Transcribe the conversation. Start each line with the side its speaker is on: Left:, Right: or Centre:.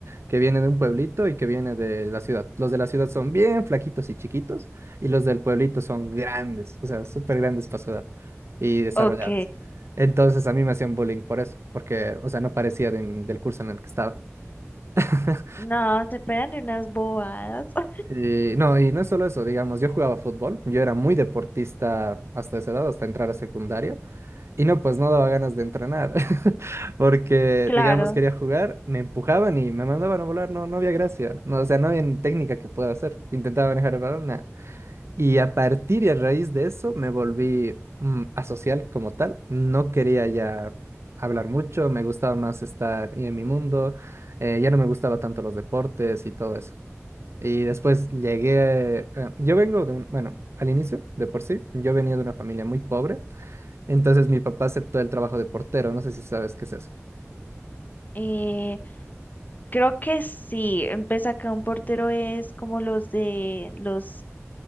Right: que viene de un pueblito y que viene de la ciudad. Los de la ciudad son bien flaquitos y chiquitos y los del pueblito son grandes, o sea, súper grandes para su edad y desarrollados.
Left: ok.
Right: Entonces a mí me hacían bullying por eso, porque, o sea, no parecía de- del curso en el que estaba. <laughs>
Left: No, se pegan de unas bobadas. <laughs>
Right: Y no, y no es solo eso, digamos, yo jugaba fútbol, yo era muy deportista hasta esa edad, hasta entrar a secundaria, y no, pues no daba ganas de entrenar, <laughs> porque,
Left: Claro.
Right: digamos, quería jugar, me empujaban y me mandaban a volar, no, no había gracia, no, o sea, no había técnica que pueda hacer, intentaba manejar el balón, nah, Y a partir y a raíz de eso me volví mm, asocial como tal. No quería ya hablar mucho, me gustaba más estar y en mi mundo, eh, ya no me gustaba tanto los deportes y todo eso. Y después llegué, eh, yo vengo de un, bueno, al inicio, de por sí, yo venía de una familia muy pobre, entonces mi papá aceptó el trabajo de portero, no sé si sabes qué es eso.
Left: Eh, creo que sí, empieza acá un portero es como los de los,